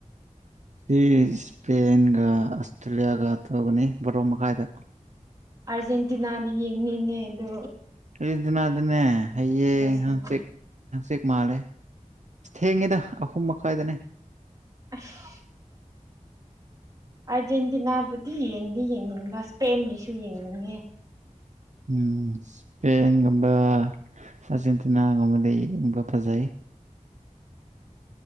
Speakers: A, on the right; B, on the right.
A: ꯁꯤ ꯏꯁꯄꯦꯟꯒ ꯑꯁꯇ꯭ꯔꯦꯂꯤꯌꯥꯒ ꯇꯧꯒꯅꯤ ꯕꯥꯔꯣ ꯃꯈꯥꯏꯗ
B: ꯑꯔꯖꯦꯟꯇꯤꯅꯥꯗꯤ ꯌꯦꯡꯅꯤꯡꯉꯦ ꯗꯨ
A: ꯑꯔꯖꯦꯟꯇꯤꯅꯥꯗꯤꯅꯦ ꯍꯌꯦꯡ
B: ꯁꯅ
A: ꯍꯡꯆꯤꯛ ꯍꯪꯆꯤꯛ ꯃꯥꯜꯂꯦ ꯑꯁ ꯊꯦꯡꯉꯦꯗ ꯑꯍꯨꯝ ꯃꯈꯥꯏꯗꯅꯦ
B: ꯑꯁ ꯑꯥꯔꯖꯦꯟꯇꯤꯅꯥꯕꯨꯗꯤ ꯌꯦꯡꯗꯤ ꯌꯦꯡꯅꯤꯡꯕ ꯏꯁꯄꯦꯟꯒꯤꯁꯨ ꯌꯦꯡꯅꯤꯡꯉꯦ
A: ꯎꯝ ꯁ꯭ꯄꯦꯟꯒꯨꯝꯕ ꯑꯥꯔꯖꯦꯟꯇꯤꯅꯥꯒꯨꯝꯕꯗ ꯌꯦꯡꯕ ꯐꯖꯩ